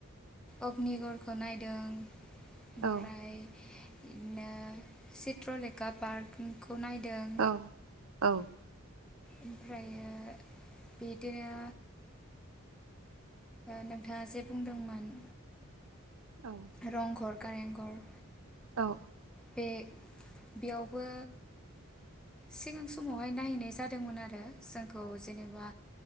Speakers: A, in the centre; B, on the right.
A: अग्निगरखौ नायदों। ओमफ्राय
B: औ
A: बिदिनो चित्रलेखा पार्क खौ नायदों।
B: औ औ।
A: ओमफ्रायो बिदिनो। नोंथाङा जे बुंदोंमोन।
B: औ।
A: रंघर कारें घर
B: औ औ।
A: बे बेयावबो सिगां समावहाय नायहैनाय जादोंमोन आरो जोंखौ जेनेबा